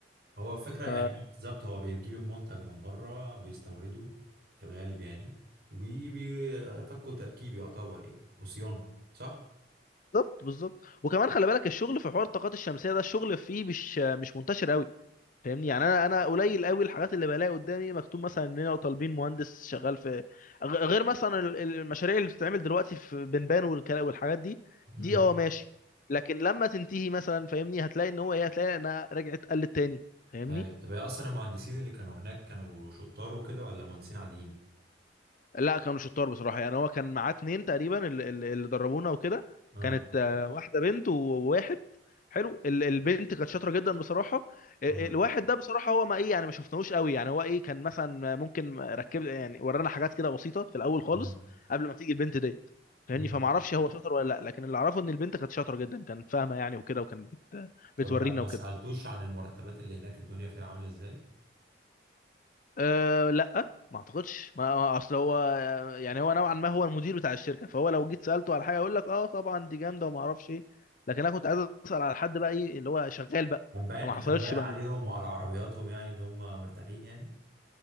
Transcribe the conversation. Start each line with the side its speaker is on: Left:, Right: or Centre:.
Right: هو الفكرة
Left: ف
Right: يعني هو بالظبط هو بيجيب المنتج من بره بيستورده في الغالب يعني وبيفكوا تركيب يعتبر يعني وصيانة صح؟
Left: بالظبط بالظبط وكمان خلي بالك الشغل في حوار الطاقات الشمسيه ده الشغل فيه مش مش منتشر قوي فاهمني يعني انا انا قليل قوي الحاجات اللي بلاقي قدامي مكتوب مثلا اننا طالبين مهندس شغال في غ- غير مثلا ال- ال- المشاريع اللي بتتعمل دلوقتي في بنبان والكلا- والحاجات دي
Right: امم
Left: دي اه ماشي لكن لما تنتهي مثلا فاهمني هتلاقي ان هو ايه هتلاقي انها رجعت قلت تاني فاهمني
Right: اي طب هي اصلا المهندسين اللي كانوا هناك كانوا شطار وكده ولا مهندسين عاديين؟
Left: لا كانوا شطار بصراحه يعني هو كان معاه اتنين تقريبا اللي, اللي اللي دربونا وكده
Right: اه
Left: كانت آه، واحده بنت وواحد حلو ال- البنت كانت شاطره جدا بصراحه ال-
Right: اه
Left: الواحد ده بصراحه هو ما ايه يعني ما شفناهوش قوي يعني هو ايه كان مثلا ممكن ركب يعني ورانا حاجات كده بسيطه في الاول خالص
Right: اه
Left: قبل ما تيجي البنت ديت فاهمني
Right: امم
Left: فما اعرفش هو شاطر ولا لا لكن اللي اعرفه ان البنت كانت شاطره جدا كانت فاهمه يعني وكده وكانت بت...
Right: طب
Left: بتورينا
Right: ما ما
Left: وكده
Right: سألتوش عن المرتبات اللي هناك الدنيا فيها عاملة ازاي؟
Left: أه لا ما اعتقدش ما ما- اصل هو يعني هو نوعا ما هو المدير بتاع الشركه فهو لو جيت سالته على حاجه يقول لك اه طبعا دي جامده وما اعرفش ايه لكن انا كنت عايز اسال على حد بقى ايه اللي هو شغال بقى
Right: كان باين
Left: فما
Right: كان
Left: حصلتش
Right: باين
Left: بقى
Right: عليهم
Left: ال-
Right: وعلى عربياتهم يعني ان هم مرتاحين يعني